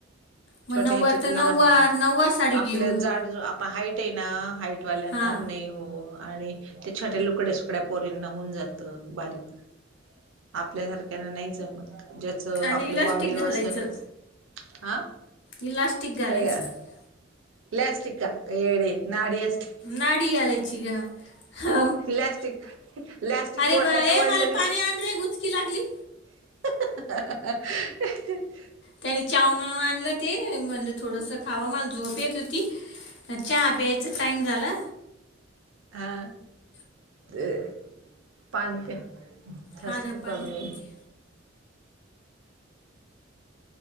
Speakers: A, on the left (about 65°); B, on the right (about 80°).
A: मग
B: छोट्या
A: नऊवार
B: ह्याच्यात
A: तर नऊवार
B: लहान
A: नऊवार साडी घेऊ
B: आपलं जाड आप हाईट आहे ना हाईटवाल्यांना
A: हां
B: नाही हो आणि ते छोट्या लुकड्या सुकड्या पोरीना होऊन जातं बारीक आपल्यासारख्याना नाही जमत.
A: आणि
B: आपलं
A: इलास्टिक
B: वाढव
A: घालायचं
B: असत ना हा
A: इलास्टिक घालायचं
B: तयार प्लॅस्टिका का याड नाडी अष्ट.
A: नाारयाल आहेची ग. ह
B: लॅस्टिक लॅस्टिक
A: अरे
B: ओढायला
A: वा ये
B: ओढलं
A: मला पाणी आण रे घुचकी लागली.
B: <unintelligible>
A: त्यानी चाव मव आणलं ते म्हणलं थोडस खाव मला झोप येत होती. चहा प्यायचं टाईम झाला.
B: हा ते पाणी प खसक
A: हा ना पाणीच
B: कमी
A: पिते